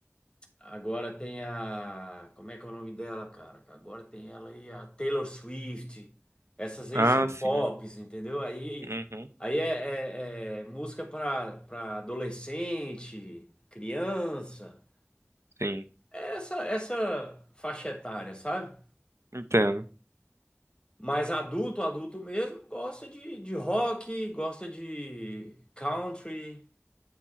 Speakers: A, on the left; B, on the right.
A: Agora tem a. Como é que é o nome dela, cara? Agora tem ela aí, a Taylor Swift. Essas aí
B: Ah,
A: são
B: sim.
A: pops, entendeu? Aí,
B: Uhum.
A: aí é, é- é música para para adolescente, criança.
B: Sim.
A: É Essa, essa faixa etária, sabe?
B: Entendo.
A: Mas adulto, adulto mesmo, gosta de, de rock, gosta de country,